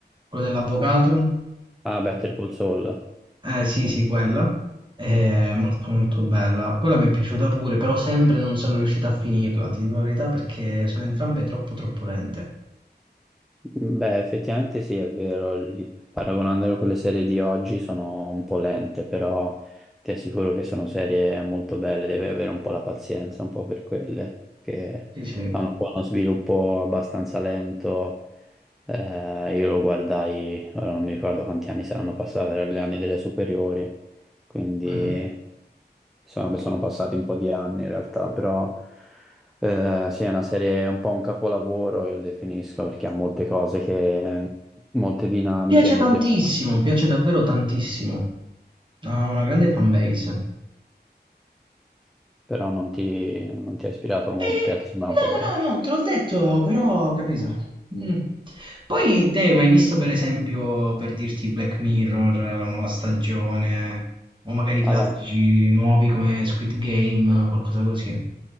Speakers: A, on the right; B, in the centre.
A: quello dell'avvocato.
B: Ah, Better Call Saul.
A: Eh sì, sì, quello. È molto molto bella. Quella mi è piaciuta pure, però sempre non sono riuscito a finirla, ti dico la verità, perché sono entrambe troppo troppo lente.
B: Beh, effettivamente sì, è vero, li- paragonandolo con le serie di oggi sono un po' lente, però ti assicuro che sono serie molto belle, devi avere un po' la pazienza, un po' per quelle, che
A: Sì, sì.
B: hanno un po' uno sviluppo abbastanza lento, Eh, io lo guardai, ora non mi ricordo quanti anni saranno passati, erano gli anni delle superiori, quindi
A: Mhm.
B: sono, sono passati un po' di anni in realtà, però eh, sì, è una serie, un po' un capolavoro, io lo definisco, perché ha molte cose che, molte dinamiche
A: Piace
B: mi
A: tantissimo,
B: piacciono,
A: piace davvero tantissimo. Ha una grande fanbase.
B: però non ti, non ti ha ispirato molto,
A: Eh,
B: cioè ti sembra un po'
A: no,
B: lento.
A: no, no, te l'ho detto, però, capito. Mm. Poi te hai mai visto, per esempio, per dirti Black Mirror, eh, la nuova stagione, o magari
B: Alla-
A: classici nuovi come Squid Game, qualcosa così?